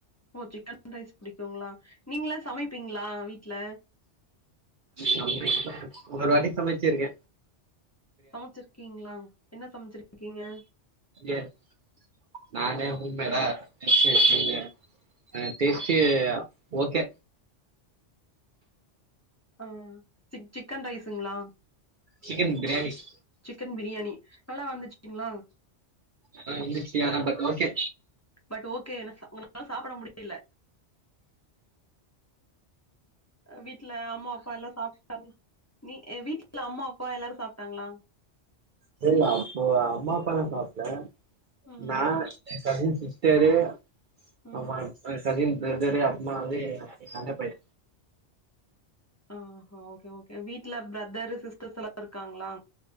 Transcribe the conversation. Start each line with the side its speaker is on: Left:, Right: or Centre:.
Left: ஓ சிக்கன் ரைஸ் புடிக்குங்ளா நீங்ளா சமைப்பீங்ளா வீட்ல
Right: சமைப்ப ஒரு வாட்டி சமச்சிருக்க
Left: சமச்சுருக்கீங்ளா என்ன சமச்சுருக்கீங்க
Right: எஸ் நானே ஹோம் மேடா டிஷ்ஷஸ் செய்வ அ டெஸ்ட்டு ஓகே
Left: அ சிக் சிக்கன் ரைஸுங்ளா
Right: சிக்கன் பிரியாணிஸ்
Left: சிக்கன் பிரியாணி நல்லா வந்துச்சுங்ளா
Right: ஆ வந்துச்சியானா பட் ஓகே
Left: பட் ஓகே <inaudible> உங்ளால சாப்ட முடியில வீட்ல அம்மா அப்பா எல்லா சாப்ட்டாங்க நீ என் வீட்ல அம்மா அப்பா எல்லாரும் சாப்ட்டாங்ளா
Right: சரி அப்போ அம்மா அப்பாலா சாப்ல
Left: ம்,
Right: நா என் கசின் சிஸ்டரு
Left: ம்.
Right: ஆமா என் கசின் பிரதரு அப்மா வந்து என் அண்ண பைய
Left: ஓ ஒ ஓகே ஓகே வீட்ல பிரதரு சிஸ்டர்ஸ்ல்லா <inaudible> இருக்காங்ளா